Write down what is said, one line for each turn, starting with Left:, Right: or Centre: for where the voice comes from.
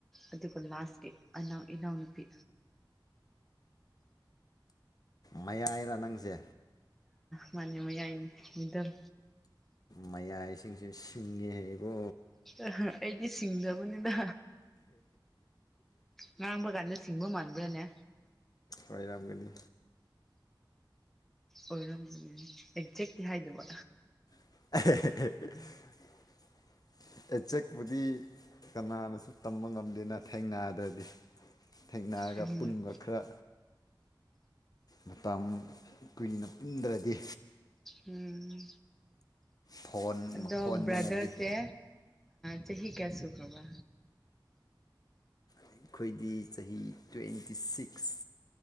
Centre: ꯑꯗꯨꯒ ꯂꯥꯁꯀꯤ ꯑꯅꯥꯎ ꯏꯅꯥꯎꯅꯨꯄꯤ
Left: ꯃꯌꯥꯏꯔꯥ ꯅꯪꯁꯦ
Centre: ꯃꯅꯤ ꯃꯌꯥꯥꯏ ꯃꯤꯗꯜ
Left: ꯃꯌꯥ ꯏꯁꯤꯡꯁꯨ ꯁꯤꯡꯉꯦ ꯍꯥꯏꯀꯣ
Centre: ꯑ ꯑꯩꯗꯤ ꯁꯤꯡꯗꯕꯅꯤꯅ ꯉꯥꯡꯕ ꯀꯥꯟꯅ ꯁꯤꯡꯕ ꯃꯥꯟꯕꯥꯟꯕ꯭ꯔꯅꯦ
Left: ꯋꯥꯏꯔꯞꯒꯂꯤ
Centre: ꯑꯣꯏꯔꯝꯗꯅꯤꯅꯦ ꯑꯦꯛꯖꯦꯛ ꯍꯥꯏꯗꯕ
Left: <unintelligible> ꯑꯦꯆꯦꯛꯄꯨꯗꯤ ꯀꯅꯥꯅꯁꯨ ꯇꯝꯕ ꯉꯝꯗꯦꯅ ꯊꯦꯡꯅꯗ꯭ꯔꯗꯤ ꯊꯦꯡꯅꯔꯒ
Centre: ꯎꯝ
Left: ꯄꯨꯟꯕ ꯈꯔ ꯃꯇꯝ ꯀꯨꯏꯅ ꯄꯨꯟꯗ꯭ꯔꯗꯤ
Centre: ꯎꯝ
Left: ꯐꯣꯟ
Centre: ꯑꯗ
Left: ꯃꯈꯣꯟꯗꯅꯗꯤ
Centre: ꯕ꯭ꯔꯥꯗꯔꯁꯦ ꯆꯍꯤ ꯀꯁꯨꯨ ꯀꯕꯥ
Left: ꯑꯩꯈꯣꯏꯗꯤ ꯆꯍꯤ ꯇ꯭ꯋꯦꯟꯇꯤ ꯁꯤꯛꯁ